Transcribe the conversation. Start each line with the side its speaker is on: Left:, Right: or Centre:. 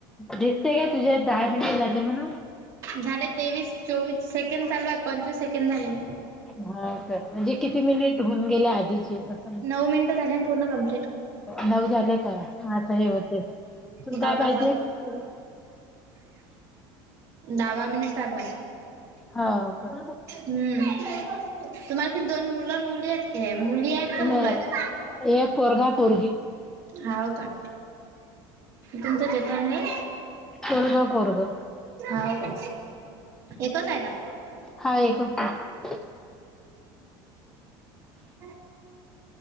Centre: दिसते का तुझ्यात दहा मिनटे झाले म्हणून
Right: झाले तेवीस चोवीस सेकंड चालूएत पंचवीस सेकंड झाले
Centre: हो म्हणजे किती मिनिट हुन गेले आदीचे अस
Right: नऊ मिनट झालेन पूर्ण कम्प्लीट
Centre: नऊ झालेय काय आता हे होतेत तुला
Right: दहावा
Centre: काय पाइजे
Right: चालू
Centre: हो
Right: दहावा मिनिट चालुय
Centre: हो का.
Right: हम्म तुमाल किती दोन मुल न मुलीएत ह मुलीएत का मुलएत
Centre: नाही एक पोरगा पोरगी.
Right: हाओ का तुमचं जठन नाइ
Centre: पोरग पोरग
Right: हाओ का एकचय का
Centre: हा एकच आहे.
Right: <unintelligible> <unintelligible> <unintelligible>